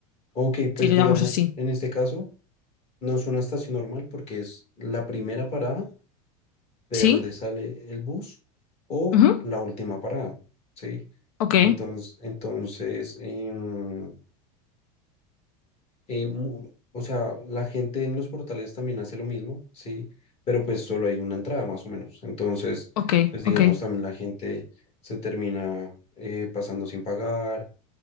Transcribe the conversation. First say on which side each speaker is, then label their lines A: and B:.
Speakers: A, on the left; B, on the left.
A: ok, pues
B: Sí, lo
A: digamos,
B: llamamos así.
A: en este caso, no es una estación normal porque es la primera parada de
B: sí
A: donde sale el bus o
B: Ujú.
A: la última parada, ¿sí?
B: Ok,
A: Entonces, entonces em, em, mu- o sea, la gente en los portales también hace lo mismo, ¿sí? Pero pues solo hay una entrada más o menos. Entonces,
B: ok,
A: pues digamos,
B: ok.
A: también la gente se termina eh, pasando sin pagar,